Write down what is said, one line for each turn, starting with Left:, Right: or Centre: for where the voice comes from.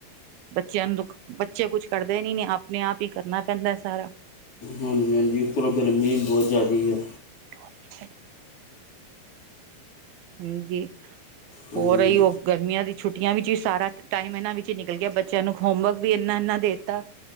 Right: ਬੱਚਿਆਂ ਨੂੰ ਦੁੱਖ ਬੱਚੇ ਕੁਛ ਕਰਦੇ ਨੀ ਆਪਣੇ ਆਪ ਹੀ ਕਰਨਾ ਪੈਂਦਾ ਸਾਰਾ
Left: ਹਾਂਜੀ ਹਾਂਜੀ ਉੱਪਲੋਂ ਗਰਮੀ ਬਹੁਤ ਜ਼ਿਆਦਾ ਆ
Right: <unintelligible> ਹਾਂਜੀ
Left: ਹਾਂਜੀ
Right: ਹੋ ਰਹੀ ਉਹ ਗਰਮੀਆਂ ਦੀ ਛੁੱਟੀ ਛੁਟੀਆਂ ਵਿੱਚ ਵੀ ਸਾਰਾ ਟਾਈਮ ਇਹਨਾਂ ਵਿੱਚ ਨਿਕਲ ਗਿਆ ਬੱਚਿਆਂ ਨੂੰ ਹੋਮਵਰਕ ਵੀ ਇੰਨਾ ਇਨਾ ਦੇ ਦਿੱਤਾ